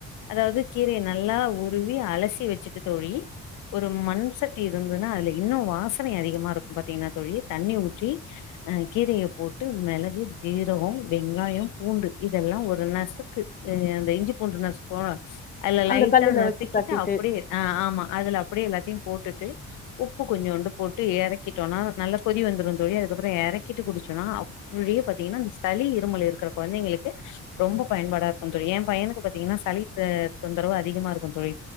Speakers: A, on the left; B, on the left.
A: அதாவது கீர நல்லா உருவி அலசி வெச்சுட்டு தோழி ஒரு மண்செ சட்டி இருந்ததுன்னா அதுல இன்னு வாசனை அதிகமா இருக்கு பாத்தீங்கன்னா தோழி தண்ணி ஊற்றி் அ கீரையை போட்டு மிளகு ஜீரகம் வெங்காயம் பூண்டு இதெல்லா ஒரு நசுக்கு அந்த இஞ்சி பூண்டு நசுகோவோல்ல அதுல லைட்டா
B: அந்த கல்லுல
A: நசிக்கிட்டு
B: வச்சு தட்டிட்டு
A: அப்படியே ஆ ஆமா அதுல அப்டியே எல்லாத்தையு போட்டுட்டு உப்பு கொஞ்சோண்டு போட்டு எறக்கிட்டோனா நல்ல கொதி வந்துரு தோழி அதுக்கபறோ ஏ எறக்கிட்டு குடிச்சுன்னா அப் <unintelligible> பாத்தீங்கன்னா இந்த சளி இருமல் இருக்கிற கொழந்தைங்களுக்கு ரொம்ப பயன்பாட இருக்கு தோழி எ பையனுக்கு பாத்தீங்கன்னா சளித்த தொந்தரவு அதிகமா இருக்கு தோழி